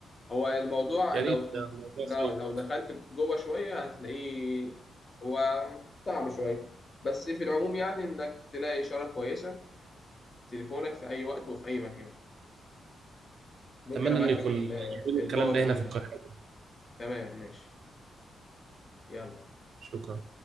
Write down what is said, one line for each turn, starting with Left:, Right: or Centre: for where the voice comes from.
Left: هو الموضوع
Right: يا
Left: لو
Right: ريت ده موضوع
Left: لو
Right: شيق
Left: لو دخلت جوه شوية هتلاقيه هو صعب شوية بس في العموم يعني إنك تلاقي إشارة كويسة في تليفونك في أي وقت وفي أي مكان ممكن
Right: اتمنى
Left: أبعت
Right: ان يكون
Left: لك ال-
Right: يعملوا
Left: الباوربوينت
Right: الكلام ده هنا في القاهرة برضه.
Left: تمام ماشي يلا
Right: شكرا